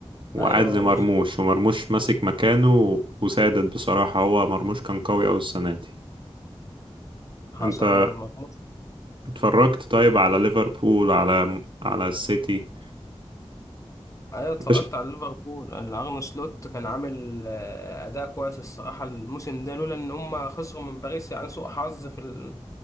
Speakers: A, on the right; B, on the left.
A: وقاعد
B: أيوه
A: لمرموش
B: مصاب
A: ومرموش ماسك مكانه وسادد بصراحة هو مرموش كان قوي أوي السنة دي
B: حصل
A: أنت
B: آه، مرموش
A: اتفرجت طيب على ليفربول على على السيتي
B: انا اتفرجت
A: أنت ش...
B: على ليفربول الارن سلوت كان عامل آه، اداء كويس الصراحه الموسم ده لولا ان هم خسروا من باريس يعني سوء حظ في ال-